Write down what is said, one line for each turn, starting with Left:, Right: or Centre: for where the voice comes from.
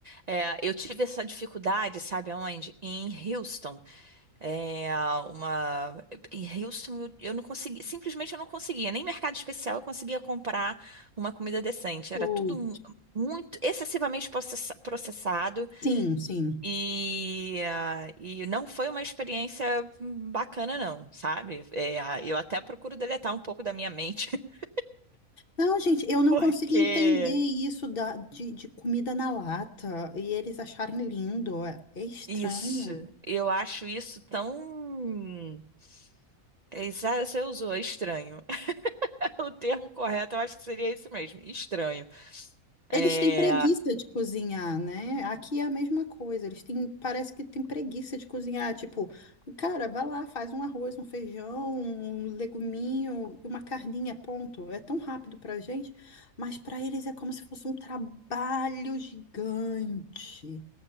Right: É, eu tive essa dificuldade, sabe aonde? Em Houston. É, uma... Em Houston eu, eu não consegui, simplesmente eu não conseguia, nem mercado especial eu conseguia comprar uma comida decente. Era
Left: Hum,
Right: tudo mu- muito excessivamente processa- processado
Left: Sim, sim.
Right: E, ah, e não foi uma experiência bacana, não, sabe? É, ah, eu até procuro deletar um pouco da minha mente, <laughs>
Left: Não, gente, eu não
Right: porque
Left: consigo entender isso da, de, de comida na lata e eles acharem lindo. É, é estranho.
Right: isso, eu acho isso tão. é, exa- Você usou, é estranho. <laughs> O termo correto, eu acho que seria esse mesmo, estranho. É,
Left: Eles têm preguiça de cozinhar, né? Aqui é a mesma coisa. Eles têm, parece que têm preguiça de cozinhar. Tipo, cara, vai lá, faz um arroz, um feijão, um leguminho, uma carninha, ponto. É tão rápido pra gente, mas pra eles é como se fosse um trabalho gigante.